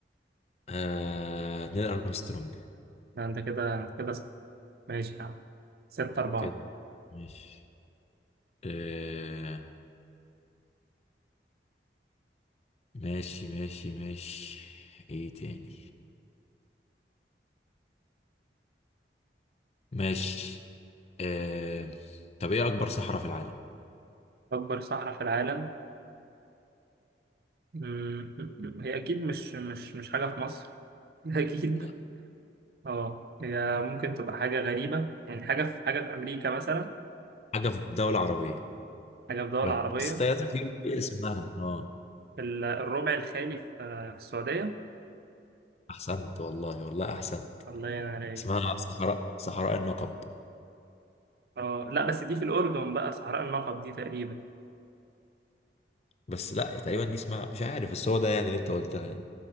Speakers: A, on the left (about 35°); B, on the right (about 55°).
A: آه... نيل أرمسترونج
B: ده أنت كده أنت كده صح ماشي يا عم ستة أربعة
A: كده ماشي آه... ماشي ماشي ماشي ايه تاني ماشي آه... طب ايه أكبر صحراء في العالم
B: أكبر صحراء في العالم مم، هي أكيد مش مش مش حاجة في مصر <laughs> أكيد
A: لا
B: أه هي ممكن تبقى حاجة غريبة يعني حاجة في حاجة في أمريكا مثلا
A: حاجة في دولة عربية
B: حاجة في دول
A: بس
B: عربية
A: انت لازم تجيب اسمها اه
B: ال- الربع الخالي في آه، في السعودية
A: أحسنت والله والله أحسنت
B: الله ينور عليك
A: اسمها صحراء صحراء النقب
B: أه لا بس دي في الأردن بقى صحراء النقب دي تقريبا
A: بس لا تقريبا دي اسمها مش عارف بس هو ده يعني اللي انت قلتها يعني